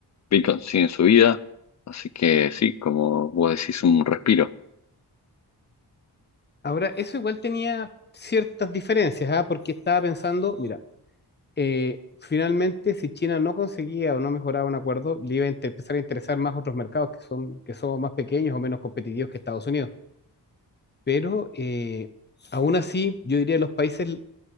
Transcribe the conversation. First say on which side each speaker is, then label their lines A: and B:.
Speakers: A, on the left (about 45°); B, on the left (about 25°).
A: Pickens sigue su vida, así que sí, como vos decís, un respiro,
B: Ahora, eso igual tenía ciertas diferencias, ¿ah? Porque estaba pensando, mira. eh, finalmente, si China no conseguía o no mejoraba un acuerdo, le iba a inter- empezar a interesar más otros mercados que son, que son más pequeños o menos competitivos que Estados Unidos. Pero eh, aún así, yo diría los países